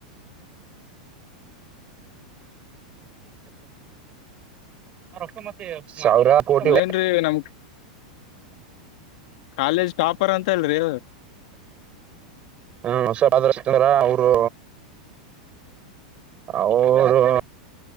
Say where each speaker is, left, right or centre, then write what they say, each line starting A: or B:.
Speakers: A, on the right (about 30°); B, on the left (about 65°).
A: <inaudible> <inaudible> ರೊಕ್ಕ ಮತಿ ಸಾವಿರ ಕೋಟಿ
B: ಏನ್ರಿ ನಮ್ ಕಾಲೇಜ್ ಟಾಪರ್ ಅಂತ ಅಲ್ರಿ
A: ಹ್ಮ್ ಹೊಸ ಕಾಲೇಜ್ ಸೇರಿಖಂಡರ ಅವ್ರು. ಅವ್ರು